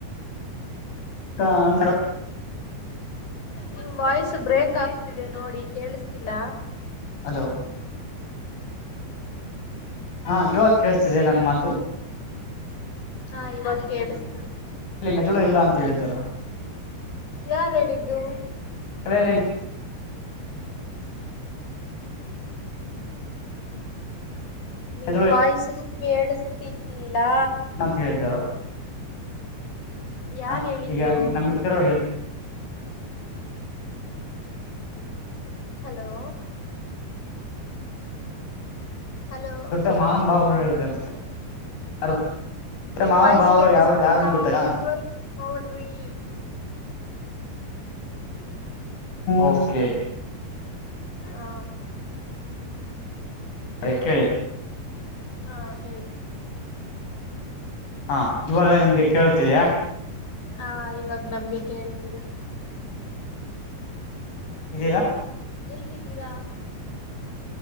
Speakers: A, on the left; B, on the left.
A: <unintelligible> ಅಂದ್ರ
B: ನಿಮ್ಮ ವಾಯ್ಸ್ ಬ್ರೇಕ್ ಆಗ್ತಿದೆ ನೋಡಿ ಕೇಳಿಸ್ತಿಲ್ಲ.
A: ಹಲೋ ಹಾ ಇವಾಗ ಕೇಳಿಸ್ತಿದೆ ನನ್ನ್ ಮಾತು.
B: ಹಾ ಇವಾಗ ಕೇಳಸ್ತಿದೆ.
A: ಇಲ್ಲಿ ಮೆದುಳು ಇಲ್ಲ ಅಂತ ಹೇಳ್ತಾರ.
B: ಯಾರ್ ಹೇಳಿದ್ದು.
A: <unintelligible>
B: ನಿಮ್ಮ್
A: ಮೆದುಳು
B: ವಾಯ್ಸು ಕೇಳಸ್ತಿಲ್ಲಾ.
A: ಅಂತ್ ಹೇಳಿದ್ದರು.
B: ಯಾರ್
A: ಆ
B: ಹೇಳಿದ್ರು
A: ಈಗ ನಮ್ಮ್ <unintelligible>
B: ಹಲೋ ಹಲೋ
A: ದೊಡ್ಡ ಮಹಾನ್ ಬಾವರು ಹೇಳಿದ್ದರು <unintelligible>
B: ನಿಮ್ಮ್
A: ಮಾವನ್
B: ವಾಯ್ಸ್
A: ಭಾವರು
B: ಕೇಳಿಸ್ತಿಲ್ಲಾ
A: ಯಾವ್ರ ಯಾರಂದ ಗೊತ್ತಾ
B: ನೆಟ್ವರ್ಕ್ ನೋಡ್ರಿ.
A: ಓಕೆ
B: ಆ
A: <unintelligible> ಕೇಳಿ.
B: ಆ ಹೇಳಿ.
A: ಆ ಇವಾಗ ನಿಮ್ಗೆ ಕೇಳ್ತಿದೆಯಾ.
B: ಹಾ ಇವಾಗ ನಮ್ಗೆ ಕೇಳ್ತಿದೆ.
A: ಇದ್ದೀರಾ
B: ಎಲ್ಲಿದ್ದೀರಾ